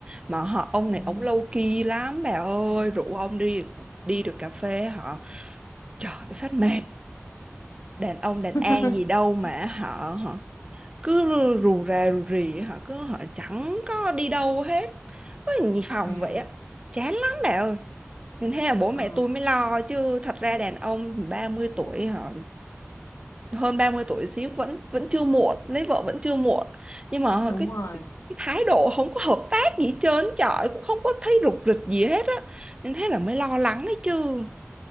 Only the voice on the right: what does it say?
mà họ ông này
ông low key lắm bà ơi rủ ông đi đi được cà phê họ trời phát mệt đàn ông đàn an
gì đâu mà họ họ cứ rù rà rù rì họ cứ họ chẳng có đi đâu hết cứ nhì phòng
vậy á chán lắm bà ơi nên thế là bố mẹ
tôi mới lo chứ thật ra đàn ông 30 tuổi họ hơn 30 tuổi xíu vẫn vẫn chưa muộn lấy vợ vẫn chưa muộn nhưng mà
cái,
cái, cái thái độ không có hợp tác gì hết trơn trời cũng không có thấy rục rịch gì hết á nên thế là mới lo lắng đấy chứ